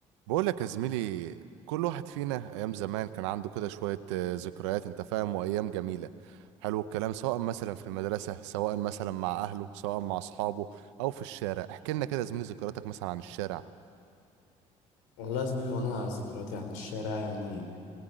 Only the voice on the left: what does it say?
والله يا زميلي وانا ذكرياتي عن الشارع يعني